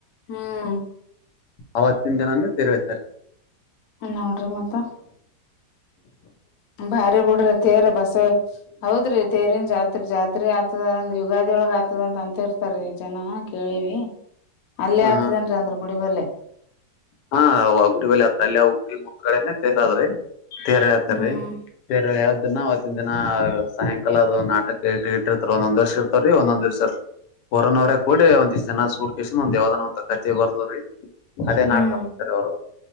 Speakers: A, on the left; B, on the left.
A: ಹ್ಮ್.
B: ಅವತ್ತಿನ ದಿನಾನೇ ತೆರೇಳತರೆ.
A: ಹ ನೋಡ್ರಿ ಮತ್ತ. ಭಾರಿ ಬಿಡ್ರ ತೇರ್ ಬಸ್ಸ ಹೌದ್ರಿ. ತೇರಿನ್ ಜಾತ್ರೆ ಜಾತ್ರೆ ಆತದಂದ ಯುಗಾದಿ ಒಳಗ್ ಆತದ ಅಂತ ಅಂತಿರ್ತಾರೀ. ಜನ ಕೇಳಿವಿ ಅಲ್ಲೇ
B: ಹಾ
A: ಆತದೇನ್ ಅಂದ್ರ ಗುಡಿಬಲ್ಲೆ.
B: ಹಾ ಆ ಗುಡಿ ಬಲ್ಲ ಹತ್ರ ಅಲ್ಲಿ ಅವ ಗುಡಿ ಒಂದಗಡೆನೆ ತೇರ್ ಅವ್ರೆ. ತೇರ ಹೇಳ್ತಾರೀ
A: ಹ್ಮ್
B: ತೇರೆ ಎಳಿಯಾದನ್. ದಿನಾ ಸಾಯಂಕಾಲದದು ನಾಟಕ ಇಟ್ಟ ಇಟ್ಟಿರ್ತಾರ ಒಂದ ವರ್ಷ ಇರ್ತವ್ರೀ ಒಂದೊಂದ್ ವರ್ಷ ಇರ್. ಕೊರೋನ್ವರ ಕೂಡ ಒಂದಿಷ್ಟು ಜನ ಸೂರ್ ಕಿಸ್ ಒಂದ ಯಾವ್ದಾನೋ ಒಂತ ಕಥೆ ಬರ್ದ್ ಅವ್ರಿ. ಅಲ್ಲೇ
A: ಹ್ಮ್
B: ನಾಟಕ ಮಾಡ್ತಾರೆ ಅವರು.